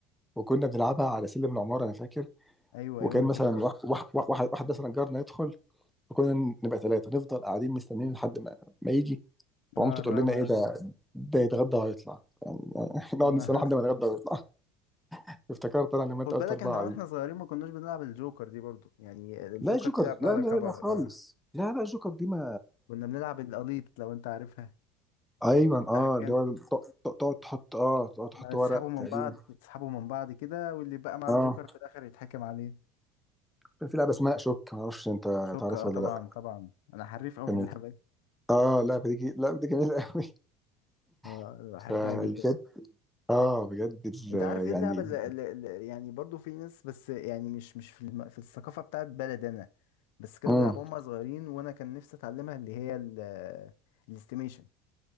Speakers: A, in the centre; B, on the left (about 85°).
A: وكنا بنلعبها على سلم العماره انا فاكر
B: ايوه
A: وكان
B: ايوه انا
A: مثلا
B: كده برضه
A: واحد واحد واحد واحد مثلا جارنا يدخل وكنا نبقى ثلاثه نفضل قاعدين مستنيين لحد ما, ما يجي ومامته
B: اه الرابع
A: تقول لنا ايه ده ده يتغدى وهيطلع يعني <laughs> نقعد
B: آه.
A: نستنى لحد
B: <laughs>
A: ما يتغدى ويطلع <laughs> افتكرت انا لما انت
B: خد
A: قلت
B: بالك
A: اربعه
B: احنا واحنا
A: دي
B: صغيرين ما كناش بنلعب الجوكر دي برضه يعني الجوكر
A: لا جوكر
B: دي لعبناها
A: لا
B: على
A: لا
B: كبر
A: لا خالص
B: اه
A: لا لا جوكر دي ما
B: كنا بنلعب القليط لو انت عارفها
A: ايوه اه
B: الاحكام
A: اللي هو ت- ت- تقعد تحط اه تقعد تحط ورق
B: تسحبوا من
A: تقريبا
B: بعض تسحبوا من بعض كده واللي بقى مع
A: اه
B: الجوكر في الاخر يتحكم عليه
A: كان في لعبه اسمها شوك ما اعرفش انت
B: شوكة
A: تعرفها
B: اه طبعا
A: ولا لا
B: طبعا انا حريف قوي
A: كان
B: في اللعبة
A: إيه؟
B: دي
A: اه اللعبه دي جي- اللعبه دي جميله قوي
B: <laughs> اه
A: <laughs>
B: أنا بحبها
A: فبجد
B: جدا
A: اه بجد ال-
B: انت عارف ايه
A: يعني
B: اللعبة اللي, اللي اللي- يعني برضو في ناس بس يعني مش مش في الم... في الثقافة بتاعت بلد انا بس كانوا
A: امم
B: بيلعبوها هم صغيرين وانا كان نفسي اتعلمها اللي هي ال... الاستيميشن